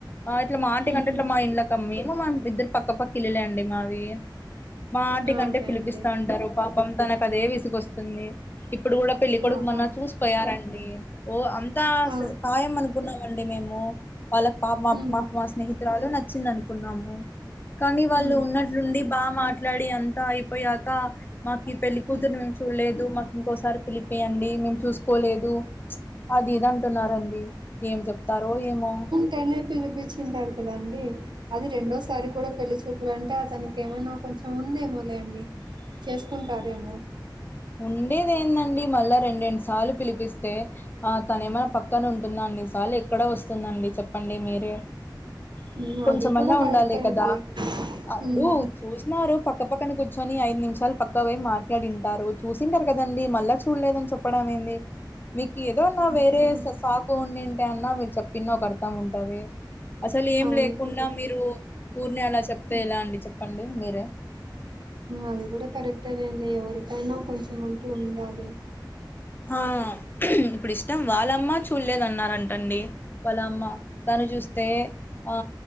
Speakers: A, on the left; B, on the right.
A: ఆ ఇట్ల మా ఆంటి కంటే
B: ఊహూ
A: ఇట్ల మా ఇండ్ల కి అమ్మేమో ఇద్దరు పక్కపక్క ఇల్లులే అండి మావి మా ఆంటికంటే
B: ఓకే
A: పిలిపిస్తా
B: అండి
A: ఉంటారు పాపం తనకు అదే విసుకొస్తుంది ఇప్పుడు కూడా పెళ్ళికొడుకు
B: ఓహో
A: మోన్న చూసిపోయారండి ఓ అంతా
B: ఆ
A: ఖాయం అనుకున్నామండి మేము వాళ్ళ పాప
B: హ్మ్
A: మా మా స్నేహితురాలు నచ్చింది అనుకున్నాము కానీ వాళ్ళు
B: హ్మ్
A: ఉన్న ట్లుండి బాగ మాట్లాడి అంతా అయిపోయాక మాకు ఈ పెళ్లి కూతురు
B: హ్మ్
A: మేము చూడలేదు మా ఇంకోసారి పిలి పీయండి మేము చూసుకోలేదు అది ఇది అంటున్నారంండి ఏం చెప్తారో ఏమో
B: తనే పిలిపించి ఉంటారు కదా అండి అది రెండోసారి కూడా పెళ్లి చూపులు అంటే అతనికి ఏమైనా కొంచెం ఉందేమోలే అండి చేసుకుంటారేమో
A: ఉండేది ఏందండి మళ్ళా రెండెండు సార్లు పిలిపిస్తే ఆ తనే ఏమైన పక్కన ఉంటుందా అండి అన్ని సార్లు ఎక్కడ వస్తుందండి చెప్పండి మీరే
B: హ్మ్
A: కొంచెమన్నా
B: అది కూడా కరెక్టే
A: ఉండాలి కదా
B: అండి
A: అప్పుడు
B: హ్మ్
A: చూసె న్నారు పక్క పక్కన కూర్చొని ఐదు నిమిషాలు పక్క ఇక్కవే మాట్లాడి ఉంటారు చూసింటారు కదండి మళ్ళా చూడలేదని చెప్పడం ఏంది మీకు ఏదోన్నా
B: హ్మ్
A: వేరే సాకు ఉండి ఉంటే అన్న మీరు చెప్పినా ఒక అర్థం ఉంటది అసలు ఏం
B: అవునండి
A: లేకుండా మీరు ఊర్నె అలా చెప్తే
B: హ్మ్
A: ఎలా అండి చెప్పండి మీరే
B: అది కూడా కరెక్టేలె అండి ఎవరికైనా కొంచెం అంటూ ఉండాలి
A: ఆ ఇప్పుడు ఇష్టం వాళ్ళమ్మ చూడలేదు అన్నారంట అండి వాల్ల అమ్మ తను చూస్తే ఆ